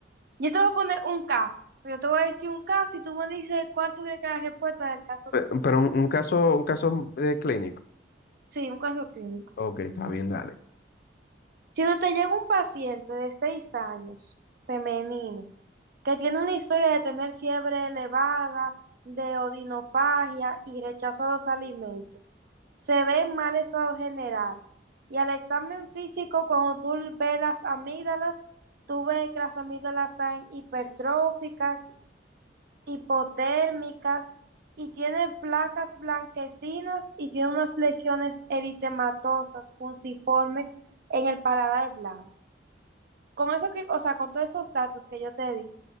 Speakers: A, on the right; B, on the left.
A: yo te voy a poner un caso, o sea, yo te voy a decir un caso y tú me dices cuál tuviera que la respuesta del caso
B: Pe-
A: clínico.
B: Pero, un, un caso, un caso de clínico.
A: Sí, un caso clínico.
B: Ok, está bien, dale.
A: Si tú te llega un paciente de 6 años, femenino, que tiene una historia de tener fiebre elevada, de odinofagia y rechazo a los alimentos, se ve en mal estado general. Y al examen físico, cuando tú ves las amígdalas, tú ves que las amígdalas están hipertróficas, hipotérmicas, y tiene placas blanquecinas y tiene unas lesiones eritematosas, punciformes en el paladar blanco con eso que, o sea, con todos esos datos que yo te di,